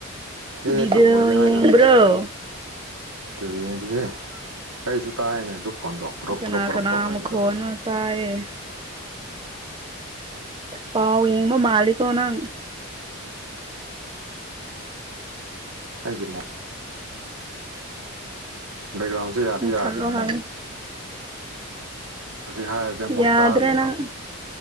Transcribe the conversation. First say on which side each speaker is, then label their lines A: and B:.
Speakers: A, on the right (about 85°); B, on the right (about 20°).
A: ꯍꯦꯛꯇ
B: ꯚꯤꯗꯤꯑꯣ
A: ꯑꯣꯏꯒꯦ ꯍꯥꯏꯅ
B: <unintelligible>
A: ꯑꯗꯨ ꯌꯦꯡꯗꯤꯌ° ꯑꯩꯁꯨ ꯇꯥꯏꯅꯦ ꯑꯗꯨ ꯐꯣꯟꯗꯣ ꯒ꯭ꯔꫭꯛ
B: ꯀꯅꯥ
A: ꯒ꯭ꯔꫭꯛ ꯒ꯭ꯔꫭꯛ
B: ꯀꯅꯥ
A: ꯒ꯭ꯔꫭꯛ ꯍꯥꯏꯕꯗꯣ
B: ꯃꯈꯣꯟꯅꯣ ꯇꯥꯏꯌꯦ ꯄꯥꯎ ꯌꯦꯡꯕ ꯃꯥꯜꯂꯤꯀꫭ ꯅꯪ
A: ꯑꯩꯒꯤ ꯃꯣ ꯕꯦꯛꯒ꯭ꯔꯥꯎꯟꯁꯦ ꯌꯥꯗꯤ
B: ꯃꯨ
A: ꯌꯥꯗꯕꯅ°
B: ꯊꯠꯂꯣ ꯍꯥꯏ
A: ꯍꯧꯖꯤꯛ ꯍꯥꯏꯔꯗꯤ ꯑꯃꯨꯛ
B: ꯌꯥꯗ꯭ꯔꯦ
A: ꯇꯥꯔꯣꯏꯗ꯭ꯔꯣ
B: ꯅꯪ